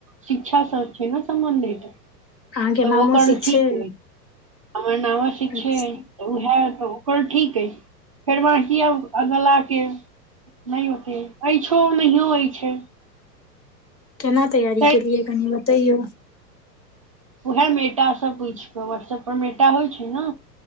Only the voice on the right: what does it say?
शिक्षासँ छै ने सम्बन्छित
तऽ
ओकर
ठीक
अछि हमर नामो अवश्य
छै तऽ उएह तऽ ओकर ठीक अइ फेर वहाँ अगलाके नहि होइतेँ अछि नहियो अछि
तैं
उएह मेटा स पूछि के व्हाट्सएप पर मेटा होइ छै ने